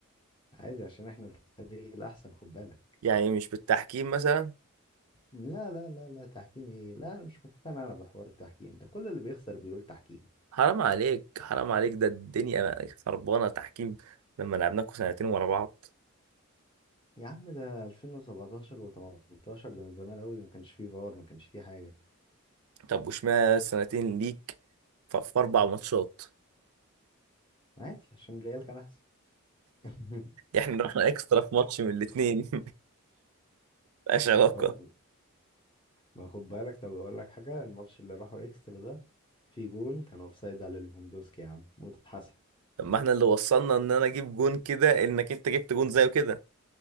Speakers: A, on the left; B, on the right.
A: عادي عشان احنا الفريق الأحسن خد بالك
B: يعني مش بالتحكيم مثلا
A: لا لا لا لا تحكيم ايه لا انا مش مقتنع انا بحوار التحكيم ده كل اللي بيخسر بيقول تحكيم
B: حرام عليك حرام عليك ده الدنيا خربانه تحكيم لما لعبناكوا سنتين ورا بعض
A: يا عم ده 2017 و18 ده من زمان قوي ما كانش فيه فار ما كانش فيه حاجة
B: طب وشمال سنتين ليك ف- في اربع ماتشات
A: عادي عشان الريال كان أحسن <laughs>
B: احنا رحنا اكسترا في ماتش من الاتنين مبقاش <laughs> علاقه
A: برضه ما خد بالك طب اقول لك حاجه الماتش اللي راحوا اكسترا ده في جون كان اوفسايد على ليفاندوسكي يا عم واتحسب
B: طب ما احنا اللي وصلنا ان انا اجيب جون كده انك انت جبت جون زيه كده